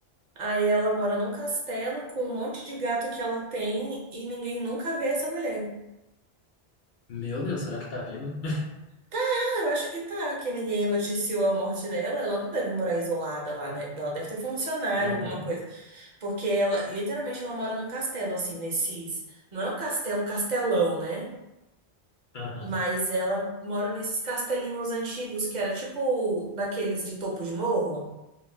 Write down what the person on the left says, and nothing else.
Meu Deus, será que tá viva?
<laughs> Aham,
aham.